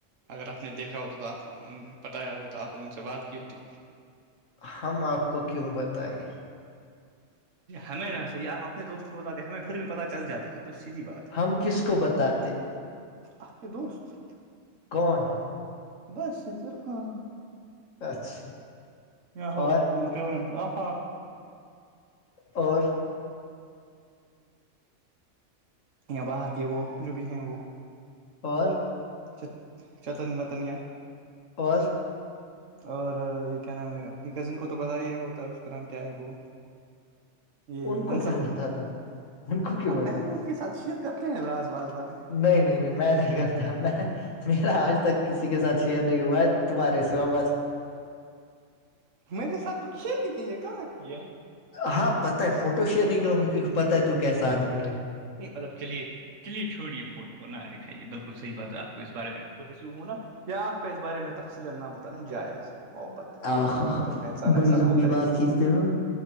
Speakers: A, on the right; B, on the left.
A: اگر آپ نے دیکھا ہو تو تو آپ انہوں نے بتایا ہوتا آپ نے ان سے بات کی ہوتی
B: ہم آپ کو کیوں بتائے
A: ہمیں نا صحیح آپ اپنے دوست کو بتاتے ہیں ہمیں پھر بھی پتا چل جاتا ہے تو سیدھی بات ہے
B: ہم کس کو بتاتے
A: آپ کے دوست
B: کون ہے
A: باسط عرفان
B: اچھا
A: یا ہو
B: اور
A: کیا آفاق
B: اور
A: یا باہر کے وہ جو بھی ہیں وہ
B: اور
A: چت چتن وتنیاں
B: اور
A: اور یہ کیا نام ہے اپنی کزن کو تو بتایا ہی یہ ہوتا ہے اس کا نام کیا ہے وہ یہ
B: ان کو
A: منصب
B: کیوں بتاتا ان کو کیوں
A: آپ
B: بتاتا
A: بہنوں کے ساتھ شر کرتے کرتے ہیں راز واز باتیں
B: نہیں نہیں نہیں میں نہیں کرتا میں میرا آج تک کسی کے ساتھ شیئر نہیں ہوا ہے تمہارے سوا بس
A: میرے ساتھ تو کیا ہی نہیں ہے کہاں کیا
B: ہاں پتاہ ہے فوٹو شیئر نہیں کروں گے کیونکہ پتا ہے تو کیسا آدمی ہے
A: نہیں مطلب چلیے چلیے چھوڑیے فوٹو کو نہ دکھائیے بالکل صحیح بات ہے آپ کو اس بارے میں پوزیسسیو ہو نا کیا آپ کا اس بارے میں تفصیلن نا بتانا جائز ہے محبت ہے بھائی
B: آہو
A: محبت میں انسان
B: بڑی
A: ایسا
B: لمبی
A: نہ کرے
B: بات
A: تو
B: کھینچتے ہو